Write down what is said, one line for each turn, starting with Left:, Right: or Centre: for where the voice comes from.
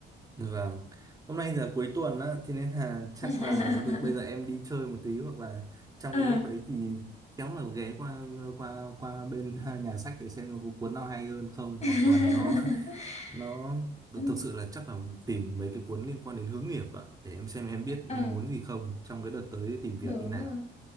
Right: Dạ Vâng. Hôm nay giờ cuối tuần á, thế nên là chắc
Left: <laughs>
Right: là b- bây giờ em đi chơi một tí hoặc là trong
Left: ờ
Right: cái lúc đấy thì khéo là ghé qua qua qua bên <laughs> nhà sách để xem có cuốn nào hay hơn không
Left: <laughs>
Right: hoặc là nó <laughs> nó
Left: Ừ,
Right: thực sự là chắc là tìm mấy cái cuốn liên quan đến hướng nghiệp ạ để em xem em biết
Left: ờ
Right: em muốn gì không trong cái đợt tới tìm
Left: đúng
Right: việc như nào.
Left: rồi